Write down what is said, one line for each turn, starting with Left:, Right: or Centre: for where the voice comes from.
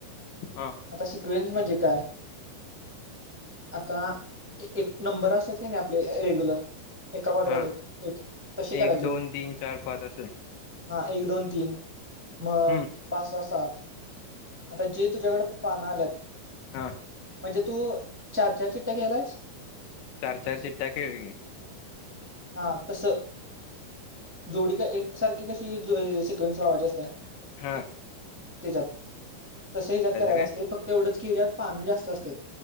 Left: हां
Centre: आता सिक्वेन्स म्हणजे काय? आता एक नंबर असतात. का नाही आपले रेग्युलर - एका पाठोपाठीत
Left: हां
Centre: एक तशी करायची.
Left: एक दोन तीन चार पाच असं
Centre: एक, दोन, तीन मग
Left: हं,
Centre: पाच, सहा, सात, आता जे तुझ्याकडे पान आलेत
Left: हां
Centre: म्हणजे तू - चार, चार, चिट्ट्या घ्यायलास?
Left: चार चार चिट्ट्या खेळ की
Centre: हा तस जोडी का एकसारखी कशी? एक जोळीने सिक्वेन्स लावायची असत्या.
Left: हा.
Centre: त्याच्यात तस ह्याच्यात करायचं
Left: काय
Centre: असते फक्त एवढंच की ह्याच्यात पानं जास्त असतात.